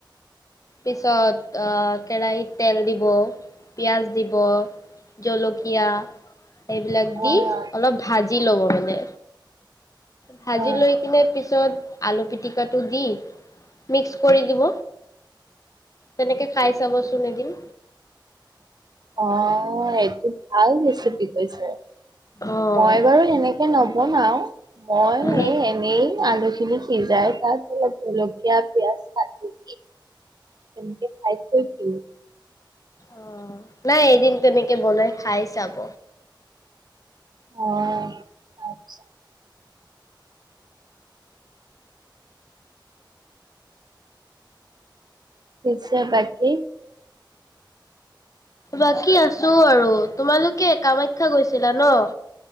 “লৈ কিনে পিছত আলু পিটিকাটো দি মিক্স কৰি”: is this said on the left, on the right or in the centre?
Left